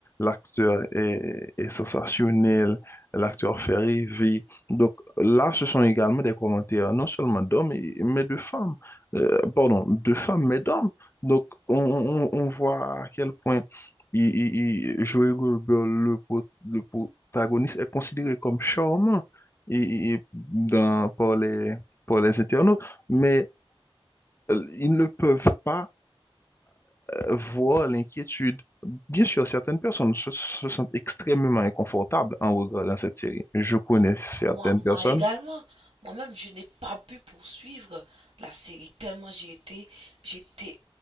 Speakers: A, on the left; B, on the right.
A: l'acteur est est sensationnel l'acteur Ferry vit. Donc là, ce sont également des commentaires non seulement d'hommes, et- mais de femmes. Euh, pardon, de femmes, mais d'hommes. Donc on, on- on voit à quel point il, il- il- Joey Goldberg, le, pro- le protagoniste, est considéré comme charmant et, et- dans, par les, par les internautes, mais euh, ils ne peuvent pas voient l'inquiétude. Bien sûr, certaines personnes se, se sentent extrêmement inconfortables en regardant cette série. Je connais certaines
B: Moi, moi
A: personnes.
B: également, moi-même, je n'ai pas pu poursuivre la série tellement j'ai été, j'étais